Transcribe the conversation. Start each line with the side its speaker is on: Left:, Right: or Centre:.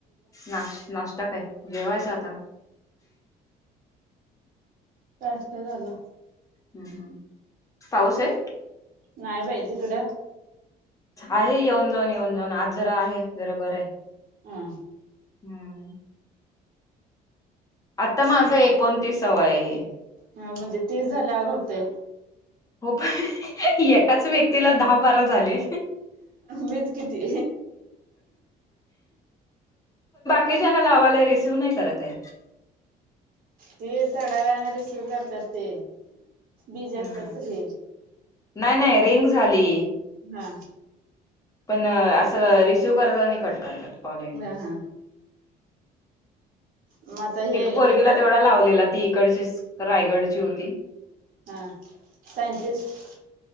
Left: नाश नाष्टा काय? जेवायच आता
Right: नाष्टा झाला.
Left: हम् हम्, पाऊसे?
Right: नाही बाई, तिकडं?
Left: आहे येऊन जाऊन, येऊन जाऊन, आज जरा आहे, जरा बरं आहे.
Right: हा.
Left: हम्म. आत्ता माझ एकोणतीसाव्व आहे हे.
Right: हा म्हणजे तेच झाल्यावर होते.
Left: हो, एकाच व्यक्तीला दहा बारा झाले.
Right: मीच किती
Left: किती जणांना लावालोय रिसीव्ह नाही करत आहे.
Right: ते थोड्या वेळाने रेसिव करतात ते. बिजी असतात
Left: हम्म
Right: सगळे,
Left: नाही नाही रिंग झाली.
Right: हा.
Left: पण असं रिसिव करतात आणि कट करतात कॉलिंग.
Right: हा हा मग आता हे
Left: पोरगीला
Right: हे कट
Left: तेवढा लावलेला ती इकडचीच. रायगडची होती.
Right: हा सायंटिस्ट